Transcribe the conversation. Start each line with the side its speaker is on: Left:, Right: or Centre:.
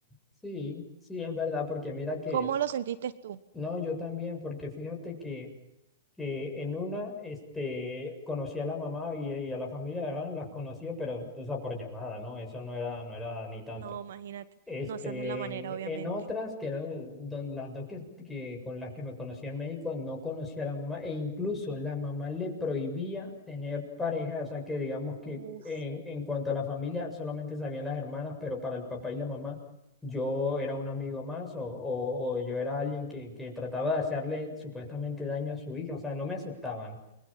Centre: Sí, sí, es verdad, porque mira que,
Right: ¿Cómo lo sentiste tú?
Centre: no, yo también, porque fíjate que, que en una, este, conocí a la mamá y, y a la familia de Ran, las conocía, pero, o sea, por llamada, ¿no? Eso no era, no era ni tanto.
Right: No, imagínate.
Centre: Este,
Right: No, esa no es la manera, obviamente.
Centre: en otras, que eran don- las dos que, que con las que me conocí en México, no conocía a la mamá e incluso la mamá le prohibía tener pareja, o sea que digamos que
Right: Uf,
Centre: en, en cuanto a la familia solamente sabían las hermanas, pero para el papá y la mamá yo era un amigo más o, o- o yo era alguien que, que trataba de hacerle supuestamente daño a su hija, o sea, no me aceptaban.